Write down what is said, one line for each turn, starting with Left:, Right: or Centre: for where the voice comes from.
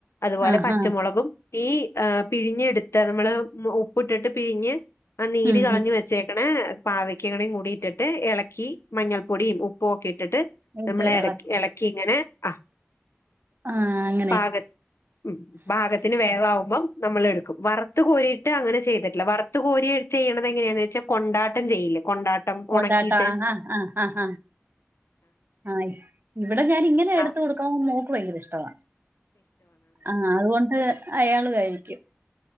Left: അതുപോലെ
Right: ആ
Left: പച്ചമുളകും.
Right: ആ
Left: ഈ അ പിഴിഞ്ഞെടുത്ത നമ്മള് ഉപ്പിട്ടിട്ട് പിഴിഞ്ഞ്. ആഹ്, നീര്
Right: ഉം
Left: കളഞ്ഞു വെച്ചേക്ക ണേ? പാവക്കയും കൂടി ഇട്ടിട്ട്. ഇള ക്കി മഞ്ഞൾപ്പൊടിയും ഉപ്പും ഒക്കെ ഇട്ടിട്ട്.
Right: ഉം
Left: നമ്മളേ ഇട ഇളക്കി ഇങ്ങനെ. ആ
Right: ആഹ് അങ്ങ
Left: പാക ഉം പാകത്തിന് വേവവുമ്പം നമ്മൾ എടുക്കും. വറുത്ത് കോരിയിട്ട് അങ്ങനെ ചെയ്ത ല്ല വറു കോരി ചെയ്യണത എങ്ങനെയാന്ന് വെച്ചാ, കൊണ്ടാട്ടം ചെയ്യിേല്ലെ? കൊണ്ടാട്ടം.
Right: കൊണ്ടാട്ട
Left: ഉണക്കിയിട്ട്
Right: ആഹ്, ആഹ്, ആഹ്, ആഹ് ആഹ ആഹ്, ഇവിടെ ഞാന ഇങ്ങനെ എടുത്ത
Left: ആഹ്
Right: കൊടുക്കാണത് മോക്ക് ഭയങ്കര ഇഷ്ടവ. ആഹ്, അതുകൊണ്ട് അയാൾ കഴിക്കും.